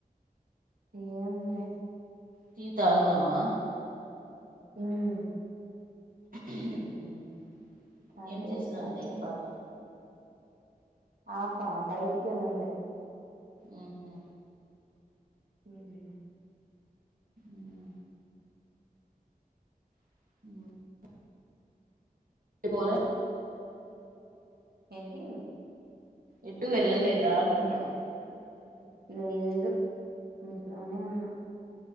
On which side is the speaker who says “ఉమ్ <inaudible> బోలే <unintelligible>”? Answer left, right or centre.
Right